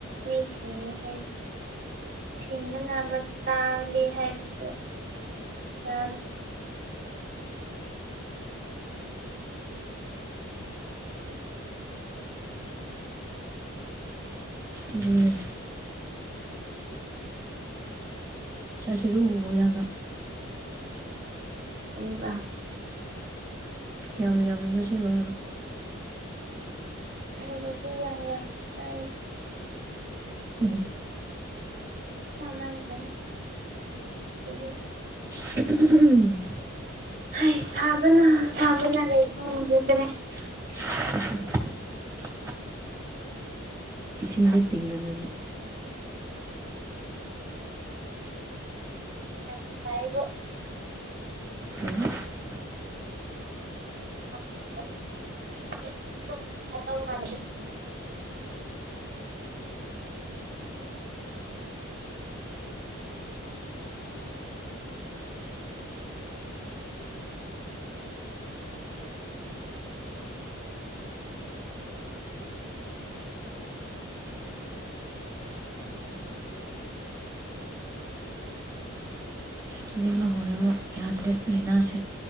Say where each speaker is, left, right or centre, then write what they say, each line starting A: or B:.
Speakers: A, on the right; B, on the right.
A: ꯃꯤꯁꯤꯉꯦ ꯍꯥꯏ ꯁꯤꯁꯤꯡꯅꯅꯕ ꯇꯥꯦ ꯍꯥꯏꯁꯨꯣ ꯆꯥꯎꯥꯕ
B: ꯑꯗꯨꯅꯦ ꯆꯁꯤꯔ ꯌꯥꯝꯅ
A: ꯀꯅꯤꯕ
B: ꯌꯥꯝ ꯌꯥꯝꯅ ꯆꯠꯁꯤꯂꯣ ꯍꯥꯏꯕ
A: ꯑꯩꯕꯨ ꯌꯥ ꯌꯥ ꯇꯥꯏ
B: ꯎꯝ
A: ꯀꯃꯗꯅꯤ ꯊ
B: ꯎꯝ
A: ꯍ ꯁꯥꯕꯅ ꯁꯥꯕꯅ ꯂꯩꯕ ꯉꯝꯖꯗ꯭ꯔꯦ
B: <inaudible> ꯏꯁꯤꯡꯁꯦ ꯇꯤꯡꯒꯗꯅꯦ
A: ꯑ ꯐꯥꯏꯕ
B: ꯎꯝ
A: <inaudible>
B: ꯇꯨꯝꯅꯤꯡꯕ ꯍꯧꯔꯦꯕꯣ ꯌꯥꯗ꯭ꯔꯦ ꯂꯩꯅꯥꯁꯦ